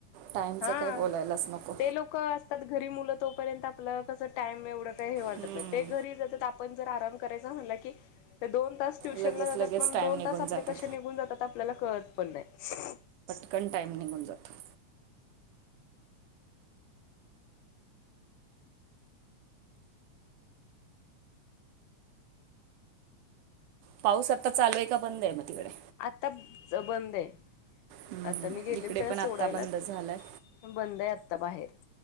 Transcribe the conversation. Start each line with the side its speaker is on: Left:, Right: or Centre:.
Right: टाईमचं
Left: हा
Right: काय बोलायलाच नको
Left: ते लोक असतात घरी मुलं तोपर्यंत आपलं कस टाइम एवड काय वाटत
Right: हम्म.
Left: नाही ते घरी येत्यात आपण जर अराम करायचं म्हंटल की दोन तास ट्युशन
Right: लगेच
Left: जातातण
Right: लगेच टाईम
Left: दोन
Right: निघून
Left: तास आपले
Right: जातात
Left: कसे निघून जातात आपल्याला कळत पण नाही
Right: पटकण टाइम निघून जातो पाऊस आता चालूय का बंद आहे मग तिकडे
Left: आता बंद आहे
Right: हम्म,
Left: आता
Right: हम्म.
Left: मी गेलेल
Right: इकडे
Left: त्याला
Right: पण आत्ता
Left: सोडायलाच
Right: बंद झालाय
Left: बंद आहे आत्ता बाहेर